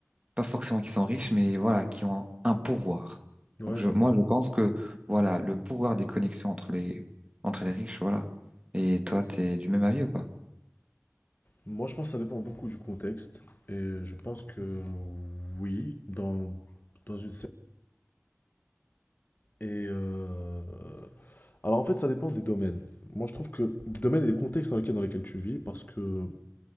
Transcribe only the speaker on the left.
Ouais,
je vois.
Moi, je pense que ça dépend beaucoup du contexte et je pense que oui, dans, dans une cer- Et euh, alors en fait, ça dépend des domaines. Moi, je trouve que des domaines et des contextes dans lesquels, dans lesquels tu vis, parce que